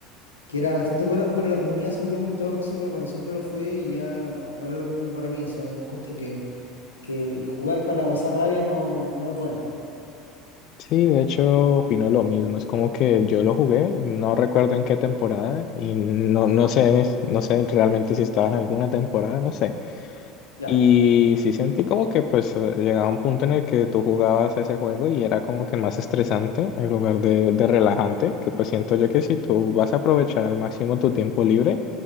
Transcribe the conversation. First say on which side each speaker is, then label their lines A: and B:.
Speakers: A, on the left; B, on the left.
A: que era bastante bueno, pero la comunidad se volvió muy tóxica. Bueno, siempre lo fue y ya no, no era lo mismo para mí. O sea, yo encuentro que, que jugar para pasar rabia no, no es bueno.
B: Sí, de hecho, opino lo mismo. Es como que yo lo jugué, no recuerdo en qué temporada y no, no sé, no sé realmente si estaba en alguna temporada, no sé.
A: ya
B: Y sí sentí como que pues eh, llegaba un punto en el que tú jugabas ese juego y era como que más estresante en lugar de, de relajante, que pues siento yo que si tú vas a aprovechar al máximo tu tiempo libre,